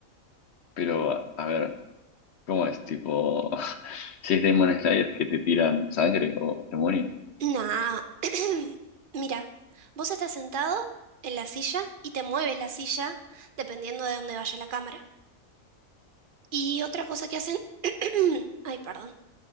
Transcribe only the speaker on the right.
Nah. <clears throat> Mira, vos estás sentado en la silla y te mueves la silla dependiendo de dónde vaya la cámara. Y otra cosa que hacen, <clears throat> ay, perdón,